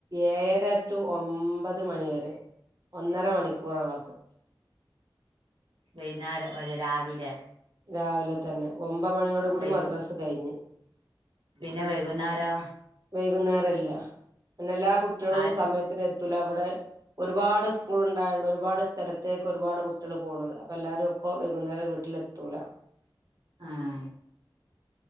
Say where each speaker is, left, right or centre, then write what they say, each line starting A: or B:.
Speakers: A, on the right; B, on the right.
A: ഏഴര റ്റു ഒമ്പത് മണിവരെ. ഒന്നര മണിക്കൂറാ ക്ലാസ്
B: വെയ്ന്നാരം ഓലെ രാവിലെ?
A: രാവിലെ തന്നെ ഒമ്പമണിയോട് കൂടി
B: വൈ
A: മദ്രസ് കഴിഞ്ഞ്
B: പിന്നെ വൈകുന്നാരോ?
A: വൈകുന്നേരെല്ല പിന്നെ എല്ലാ കുട്ടിയളും
B: ആര്
A: സമയത്തിന് എ ത്തൂല ഇവടെ ഒരുപാട് സ്കൂള്ണ്ടായോണ്ട് ഒരുപാട് സ്ഥലത്തേക്കൊരുപാട് കുട്ടിയള് പോണത് അപ്പൊ എല്ലാരും ഒപ്പം വൈകുന്നേരം വീട്ടിലെത്തൂല.
B: ആഹാ